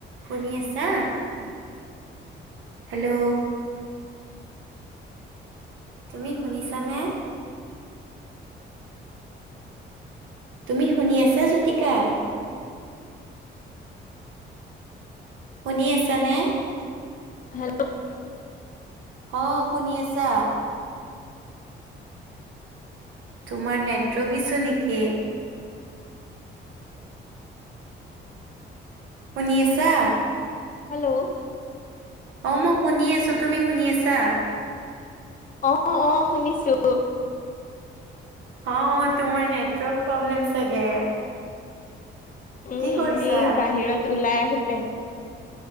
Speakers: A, on the right (about 80°); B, on the left (about 40°).
A: শুনি আছা হেল্ল' তুমি শুনিছানে তুমি শুনি আছা জ্যোতিকা? শুনি আছানে?
B: হেল্ল'
A: অ শুনি আছা তোমাৰ নেটৱৰ্ক ইছো নেকি শুনি আছা
B: হেল্ল'
A: অ মই শুনি আছো তুমি শুনি আছা
B: অ অ শুনিছো
A: অ তোমাৰ নেটৱৰ্ক প্ৰব্লেম চাগে
B: উম
A: কি কৰিছা?
B: এই বাহিৰত ওলাই আহোতে